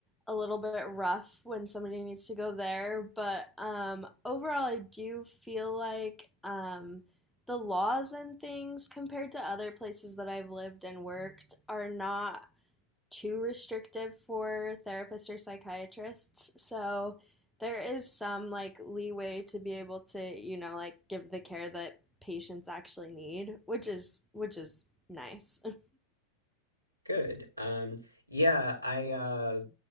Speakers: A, in the centre; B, on the right.
A: a little bit rough when somebody needs to go there, but um, overall, I do feel like um, the laws and things compared to other places that I've lived and worked are not too restrictive for therapists or psychiatrists. So there is some like leeway to be able to, you know, like give the care that patients actually need, which is which is nice. <laughs>
B: Good. Um, yeah, I uh